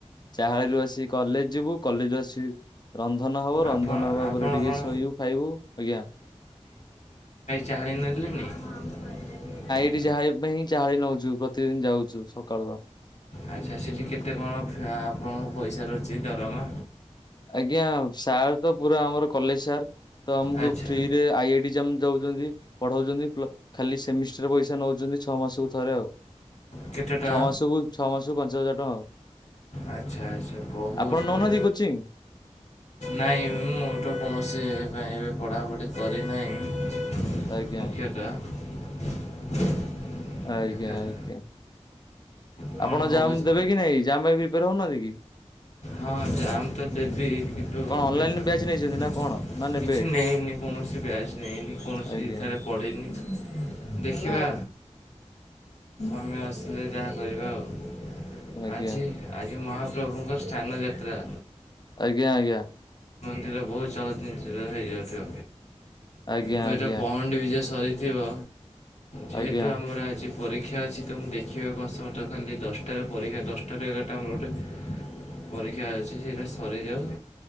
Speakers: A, on the left; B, on the left.
A: ଚାହାଳିରୁ ଆସିିକ କଲେଜ ଯିବୁ କଲେଜ ଆସି ର ରନ୍ଧନ ହବ ରନ୍ଧନ
B: ଆପଣ
A: ହବା
B: ଆପଣ
A: ପରେ ଟିକେ
B: କଣ
A: ଶୋଇବୁ ଖାଇବୁ ଆଜ୍ଞା।
B: ଚାଳି ନେଲଣିି <inaudible>
A: ସେଠି ଯାହାବା ପାଇଁ ହିଁ ଚା ନଉଛୁ ପ୍ରତିଦିନ ଯାଉଛୁ ସକାଳୁ ବା।
B: ଆଚ୍ଛା ସେଠି କେତେ କଣ ଖା ଆପଣଙ୍କୁ ପଇସା ରହୁଛି ଦରମା?
A: ଆଜ୍ଞା ସାର୍ ତ ପୁରା ଆମର କଲେଜ ସାର୍। ତ ଆମକୁ
B: ଆଚ୍ଛା
A: ଫ୍ରିରେ ଆଇ ଆଇ ଯାମ ଦେଉଛନ୍ତି। ପଢଉଛନ୍ତି ଖାଲି ସେମିଷ୍ଟର ପଇସା ନଉଛନ୍ତି ଛଅ ମାସକୁ ଥରେ ଆଉ।
B: କେତେ ଟଙ୍କା?
A: ଛଅ ମାସକୁ ଛଅ ମାସକୁ ପାଞ୍ଚ ହଜାର ଟଙ୍କା ଆଉ।
B: ଆଚ୍ଛା ଆଚ୍ଛା ବହୁତ
A: ଆପଣ ନଉନାହାନ୍ତି
B: ଭଲ।
A: କୋଚିଂ?
B: ନାଇଁ ମୁଁ ତ କୌଣସି ପାଇଁ ଏବେ ପଢ଼ାପଢ଼ି କରିନାହିଁ।
A: ଆଜ୍ଞା
B: ମୁଖ୍ୟତଃ
A: ଆଜ୍ଞା।
B: <unintelligible>
A: ଆଜ୍ଞା
B: ଦେଖାଯାଉ
A: ଆଜ୍ଞା
B: କଣ
A: ଆପଣ ଜାମ୍
B: ହେଉଛି।
A: ଦେବେ କି ନାଇଁ ଜାମ୍ ପାଇଁ ପ୍ରିପେୟାର ହଉନାହାନ୍ତି କି?
B: ହଁ ଜାମ୍ ତ ଦେବି କିନ୍ତୁ
A: କଣ ଅନଲାଇନ
B: ପ୍ରିପା।
A: ବ୍ୟାଚ୍
B: କିଛି
A: ନେଇଛନ୍ତି ନା କଣ ନା ନେବେ
B: ନେଇନି କୌଣସି ବ୍ୟାଚ ନେଇନି କୌଣସି
A: ଆଜ୍ଞା
B: ଠାରେ ପଢିନି। ଦେଖିବା।
A: ଆଜ୍ଞା।
B: ତମେ ଆସିଲେ ଯାହା କରିବା ଆଉ
A: ଆଜ୍ଞା
B: ଆଜି ଆଜି ମହାପ୍ରଭୁଙ୍କ ସ୍ଥାନ ଯାତ୍ରା।
A: ଆଜ୍ଞା ଆଜ୍ଞା।
B: ପୁରୀରେ ବହୁତ୍ ଚଳଚଞ୍ଚଳ ହେଇଯାଉଥିବ
A: ଆଜ୍ଞା
B: ହୁଏତ
A: ଆଜ୍ଞା
B: ପହଣ୍ଡି ବିଜେ ସରିଥିବ ଯେହେତୁ
A: ଆଜ୍ଞା
B: ଆମର ଆଜି। ପରୀକ୍ଷା ଅଛି ତ ମୁଁ ଦେଖିବାକୁ ଅସମର୍ଥ ହେଲି ଦଶଟାରେ ପରୀକ୍ଷା ଦଶଟାରୁ ଏଗାରଟା ଆମର ଗୋଟେ। ପରୀକ୍ଷା ଅଛି ସେଟା ସରିଯାଉ।